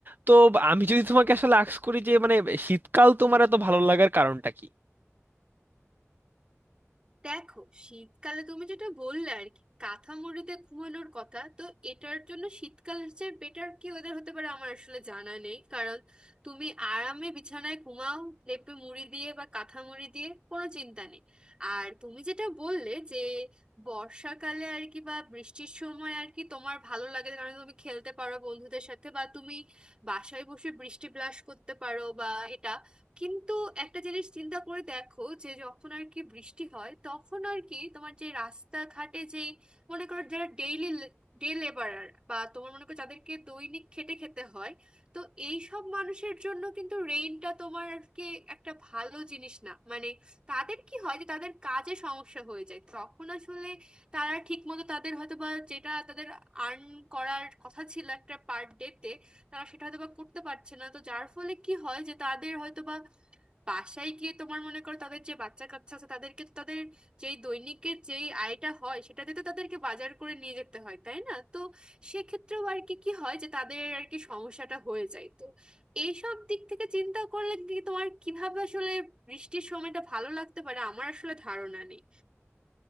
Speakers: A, on the right; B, on the right.
A: তো আমি যদি তোমাকে আসলে আস্ক করি যে মানে শীতকাল তোমার এত ভালো লাগার কারণটা কি
B: দেখো শীতকালে তুমি যেটা বললে আর কি কাঁথা মুড়িতে ঘুমানোর কথা তো এটার জন্য শীতকালের চেয়ে বেটার কি ওয়েদার হতে পারে আমার আসলে জানা নেই কারণ তুমি আরামে বিছানায় ঘুমাও লেপে মুড়ি দিয়ে বা কাঁথা মুড়ি দিয়ে কোনো চিন্তা নেই আর তুমি যেটা বললে যে বর্ষাকালে আর কি বা বৃষ্টির সময় আর কি তোমার ভালো লাগে কারণ তুমি খেলতে পারো বন্ধুদের সাথে বা তুমি বাসায় বসে বৃষ্টি ব্লাশ করতে পারো বা এটা কিন্তু একটা জিনিস চিন্তা করে দেখো যে যখন আর কি বৃষ্টি হয় তখন আর কি তোমার যে রাস্তাঘাটে যে মনে করো যারা ডেইলি ডে লেবারার বা তোমার মনে করো যাদেরকে দৈনিক খেটে খেতে হয় তো এই সব মানুষের জন্য কিন্তু রেইনটা তোমার আর কি একটা ভালো জিনিস না মানে তাদের কি হয় যে তাদের কাজে সমস্যা হয়ে যায় তখন আসলে তারা ঠিকমতো তাদের হয়তো বা যেটা তাদের আর্ন করার কথা ছিল একটা পার ডে তে তারা সেটা হয়তো বা করতে পারছে না তো যার ফলে কি হয় যে তাদের হয়তো বা বাসায় গিয়ে তোমার মনে করো তাদের যে বাচ্চা কাচ্চা আছে তাদেরকে তো তাদের যেই দৈনিকের যেই আয়টা হয় সেটা দিয়ে তো তাদেরকে বাজার করে নিয়ে যেতে হয় তাই না তো সেক্ষেত্রেও আর কি কি হয় যে তাদের আর কি সমস্যাটা হয়ে যায় তো এইসব দিক থেকে চিন্তা করলে কি তোমার কিভাবে আসলে বৃষ্টির সময়টা ভালো লাগতে পারে আমার আসলে ধারণা নেই